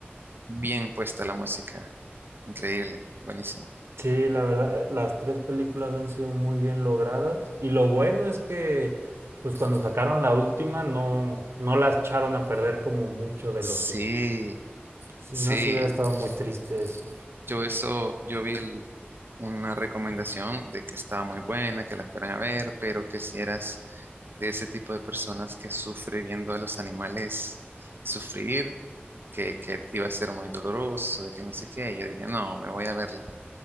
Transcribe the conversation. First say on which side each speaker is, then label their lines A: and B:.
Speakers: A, on the right; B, on the right.
A: bien puesta la música. Increíble, buenísimo.
B: sí, la verdad, las tres películas han sido muy bien logradas. Y lo bueno es que, pues cuando sacaron la última, no, no las echaron a perder como mucho de
A: Sí,
B: lo que... Si
A: sí.
B: no, se hubiera estado muy triste eso.
A: Yo eso, yo vi el- una recomendación de que estaba muy buena, que la fueran a ver, pero que si eras de ese tipo de personas que sufre viendo a los animales sufrir, que, que iba a ser muy doloroso, y que no sé qué, y yo dije, no, me voy a verla,